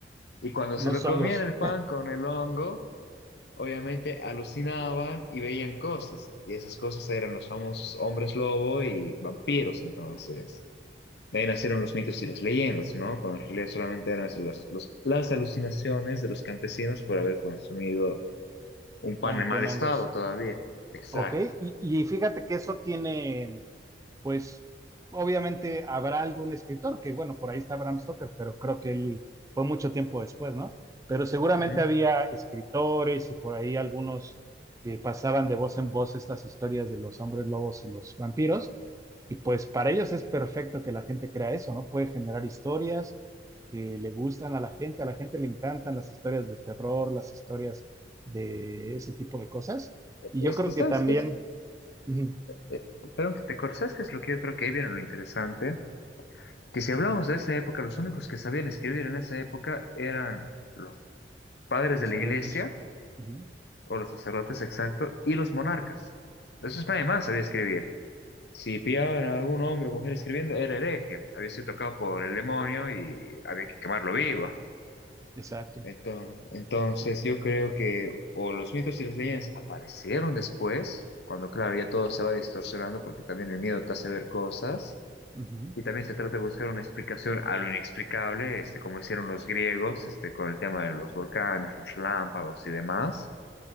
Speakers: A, on the left; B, on the right.
A: y cuando
B: no
A: se lo
B: hongos,
A: comían el pan con el hongo, obviamente alucinaban y veían cosas, y esas cosas eran los famosos hombres lobo y vampiros, entonces. De ahí nacieron los mitos y las leyendas, ¿no? Cuando en realidad solamente eran los- los- las alucinaciones de los campesinos por haber consumido un pan
B: van
A: en
B: con
A: mal estado
B: hongos.
A: todavía. Exacto.
B: Ok, y, y fíjate que eso tiene pues obviamente habrá algún escritor, que bueno, por ahí está Bram Stoker, pero creo que él fue mucho tiempo después, ¿no? Pero seguramente
A: Ujú.
B: había escritores y por ahí algunos que pasaban de voz en voz estas historias de los hombres lobos y los vampiros, y pues para ellos es perfecto que la gente crea eso, ¿no? Puede generar historias que le gustan a la gente, a la gente le encantan las historias de terror, las historias de ese tipo de cosas, y
A: Es
B: yo creo
A: que, ¿sabes
B: que también,
A: qué? es?
B: ujú,
A: Eh, perdón que te cortes, ¿sabes qué es lo que yo creo que ahí viene lo interesante? Que si hablamos de esa época, los únicos que sabían escribir en esa época eran los padres
B: sacerdotes,
A: de la iglesia
B: ujú,
A: o los sacerdotes, exacto, y los monarcas. De esos nadie más sabía escribir. Si pillaban a algún hombre o mujer escribiendo, era hereje, había sido tocado por el demonio y había que quemarlo vivo.
B: exacto,
A: Enton- Entonces, yo creo que o los mitos y las leyendas aparecieron después, cuando claro, ya todo se va distorsionando porque también el miedo te hace ver cosas.
B: Ujú,
A: Y también se trata de buscar una explicación a lo inexplicable, este, como hicieron los griegos, este, con el tema de los volcanes, los relámpagos y demás.